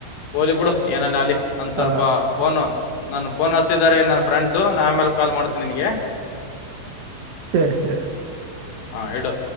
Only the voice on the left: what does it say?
ಹಓಲಿ ಬಿಡು ಏನನ್ ಅಲಿ ಒಂದ್ ಸ್ವಲ್ಪ
ಫೋನು ನಾನ ಫೋನ್ ಹತಿದಿದ್ದಾರೆ ನನ್ನ ಫ್ರೆಂಡ್ಸು ನಾ ಆಮೇಲೆ ಕಾಲ್ ಮಾಡ್ತೇನಿ ನಿನ್ಗೆ
ಹಾ ಹೇಳಡು